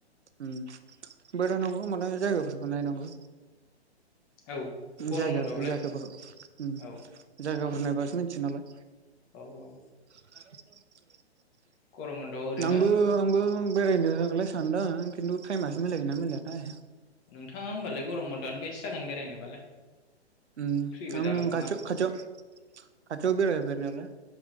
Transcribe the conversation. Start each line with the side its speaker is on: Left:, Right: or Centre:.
Right: आम बेरायायनांगौ माने जायगाफोरखौ नायनांगौ।
Left: औ गरम
Right: जायगा
Left: बन्द'आवलाय
Right: जायगाफोर ओम
Left: औ
Right: जायगाफोर बुरनायबासो मिथियोनालाय
Left: औ औ
Right: <unintelligible>
Left: गरम बन्द'आव ओरैनो
Right: नोंबो आंबो बेरायनोलाय सानदों खिन्थु थाइमासो मिलायगोन ना मिलयाथाय
Left: नोंथाङा होमबालाय गरम बन्द'आनो बेस्ट जागोन बेरायनोबालाय
Right: ‌अम
Left: फ्रिबो जागोन
Right: आं
Left: खोमा
Right: खाथि खाथियाव' बेरायबाय नालाय